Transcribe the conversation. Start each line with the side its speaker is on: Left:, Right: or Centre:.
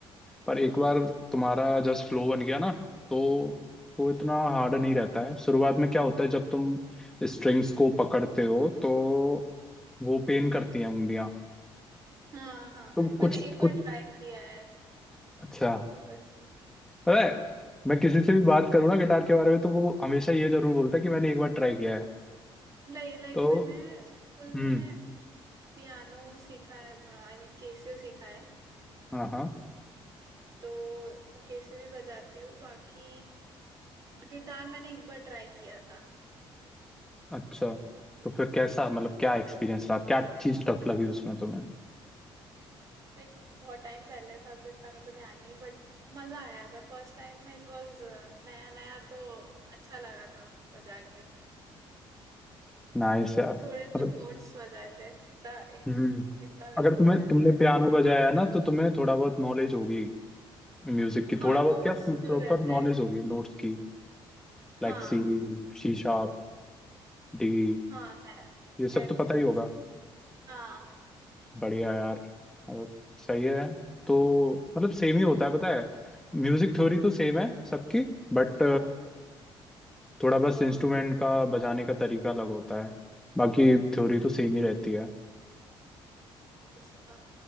Centre: पर एक बार तुम्हारा जस्ट फ्लो बन गया ना तो तो इतना हार्ड नहीं रहता है शुरुआत में क्या होता है जब तुम स्ट्रिंग्स को पकड़ते हो तो वो पेन करती हैं उंगलियां
Right: हाँ हाँ
Centre: तो
Right: मैंने
Centre: कुछ
Right: एक बार
Centre: कुछ
Right: ट्राई किया है
Centre: अच्छा
Right: बट
Centre: अरे मैं किसी से भी बात करूँ ना गिटार के बारे में तो वो हमेशा ये जरूर बोलता है कि मैंने एक बार ट्राई किया है
Right: लाइक लाइक
Centre: तो
Right: मैंने स्कूल में
Centre: हम्म
Right: पियानो सीखा है आई मीन केसियो सीखा है
Centre: हाँ हाँ
Right: तो मैं केसियो भी बजाती हूँ बाकी गिटार मैंने एक बार ट्राई किया था
Centre: अच्छा तो फिर कैसा मतलब क्या एक्सपीरियंस रहा क्या चीज टफ लगी उसमें तुम्हें
Right: लाइक बहुत टाइम पहले था तो इतना मेरे को ध्यान नहीं बट मजा आया था फर्स्ट टाइम में इट वाज नया नया तो अच्छा लगा था बजा के
Centre: नाइस यार
Right: थोड़े बहुत
Centre: मतलब
Right: नोट्स बजाए थे इतना
Centre: हम्म
Right: इतना भी
Centre: अगर
Right: नहीं
Centre: तुम्हें
Right: आया
Centre: तुमने
Right: थर्ड
Centre: पियानो बजाया है ना तो तुम्हें थोड़ा बहुत नॉलेज होगी म्यूजिक की
Right: हाँ
Centre: थोड़ा
Right: नोट्स
Centre: बहुत क्या प्रॉपर
Right: जो रहता है
Centre: नॉलेज होगी नोट्स की Like
Right: हाँ
Centre: C C sharp D
Right: हाँ है
Centre: ये सब
Right: एफडी
Centre: तो पता ही होगा
Right: सब हाँ
Centre: बढ़िया यार मतलब सही है तो मतलब सेम ही होता है पता है म्यूजिक थ्योरी तो सेम है सबकी बट थोड़ा बस इंस्ट्रूमेंट का बजाने का तरीका अलग होता है बाकी थ्योरी तो सेम ही रहती है
Right: बस हाँ